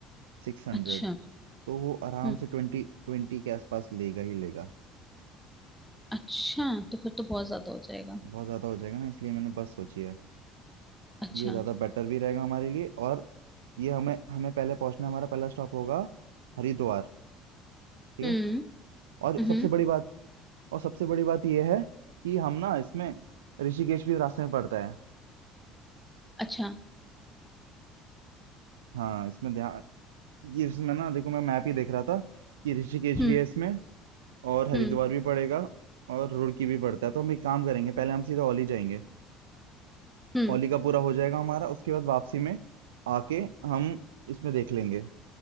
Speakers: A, on the right; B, in the centre.
A: सिक्स हंड्रेड
B: अच्छा
A: तो वो आराम
B: हम्म
A: से ट्वेंटी ट्वेंटी के आसपास लेगा ही लेगा
B: अच्छा तो फिर तो बहुत ज्यादा हो जाएगा
A: बहुत ज़्यादा हो जाएगा ना इसलिए मैंने बस सोची है
B: अच्छा
A: ये ज़्यादा बेटर भी रहेगा हमारे लिए और ये हमें हमें पहले पहुंचना हमारा पहला स्टॉप होगा हरिद्वार ठीक
B: हम्म
A: है और
B: हम्म
A: सबसे बड़ी बात और सबसे बड़ी बात ये है कि हम ना इसमें ऋषिकेश भी रास्ते में पड़ता है
B: अच्छा
A: हाँ इसमें ध्यान ये इसमें ना देखो मैं मैप ही देख रहा था कि ऋषिकेश
B: हम्म
A: भी है इसमें और हरिद्वार
B: हम्म
A: भी पड़ेगा और रुड़की भी पड़ता है तो हम एक काम करेंगे पहले हम सीधा औली जाएंगे
B: हम्म
A: औली का पूरा हो जाएगा हमारा उसके बाद वापसी में आके हम इसमें देख लेंगे